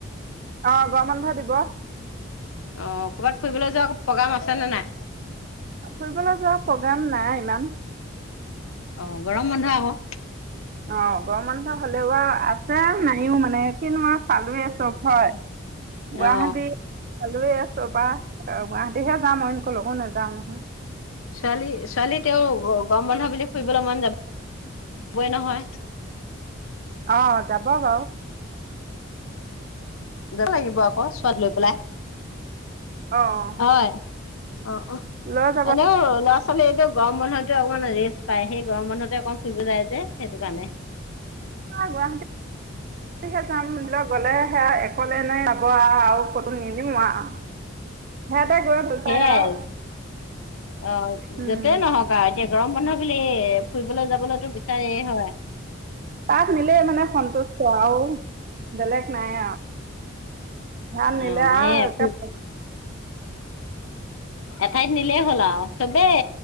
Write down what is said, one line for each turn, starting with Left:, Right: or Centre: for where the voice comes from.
Right: আহ গৰ মানুহে দিব
Left: অ কৰ'বাত ফুৰিবলৈ যোৱা প্ৰগ্ৰাম আছে নে নাই
Right: ফুৰিবলৈ যোৱা প্ৰগ্ৰোম নাই ইমান
Left: অ গৰম বন্ধ আকৌ
Right: অ গৰম বন্ধ হলেও বাৰু আছে নাইও মানে কিিনো আৰু চালোৱে চব হয় গুৱাহাটী
Left: অ
Right: ওচৰৰ পৰা গুৱাহাটীহে যাম অই এনকো লগো নাযাও নহয়।
Left: ছোৱালী -ছোৱালী তেওঁ গম বন্ধ বুলি ফুৰিবলৈ মন যাবই নহয়।
Right: অ যাব বাৰু
Left: উম লাগিব আকৌ ছোৱালী লৈ পেলাই
Right: অ'
Left: হয় অ- অ
Right: লৈ যাব
Left: এনেও ল'ৰা ছোৱালী এইটো গৰম বন্ধো অকণমান ৰেষ্ট পাই সেই গৰম বন্ধতে অকণ ফুৰিব যায় যে সেইটো কাৰণে।
Right: গুৱাহাটী যাম লক গ'লে সেয়া অলে নাই যাব আৰু ফটো নিিলিম আৰু সিহঁতে। গৈ ভাল
Left: সেইয়াই
Right: পায় আৰু
Left: অ'
Right: উম
Left: যতেই নহওক আৰু এতিয়া গৰম বানধহৰ বুলি ফুৰিবলৈ যাবলৈতো বিচাৰ হয়।
Right: তাত নিলে মানে সন্তুষ্ট আৰু। বেলেগ আৰু নাই ধান
Left: অ
Right: নিলে আহ
Left: সেয়াই
Right: একে
Left: এঠাইত নিলেই হ'ল আৰু চবেই